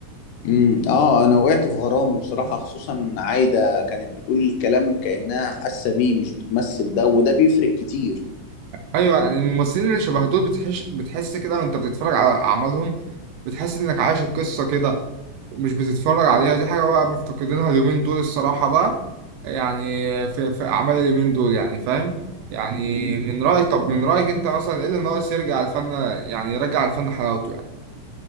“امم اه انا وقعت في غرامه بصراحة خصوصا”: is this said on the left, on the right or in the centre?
Left